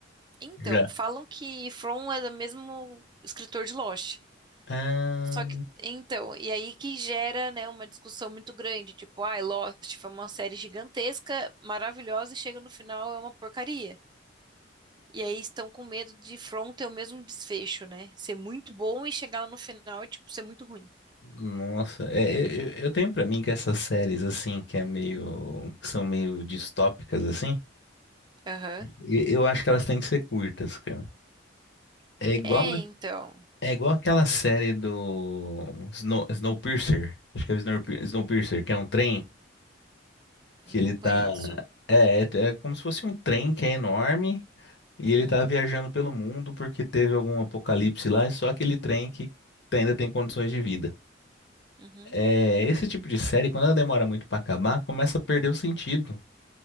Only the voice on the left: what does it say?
já.
Ah,
nossa, é, eu, eu eu tenho pra mim que essas séries assim, que é meio, que são meio distópicas assim,
e- eu acho que elas têm que ser curtas, cara. É igual
É igual aquela série do Snow, Snowpiercer, acho que é Snowpiercer, Snowpiercer, que é um trem que
ele tá.
É, é, é como se fosse um trem que é enorme e
ele tá viajando pelo mundo porque teve algum apocalipse lá e só aquele trem que tá, ainda tem condições de vida.
É, esse tipo de série, quando ela demora muito pra acabar, começa a perder o sentido.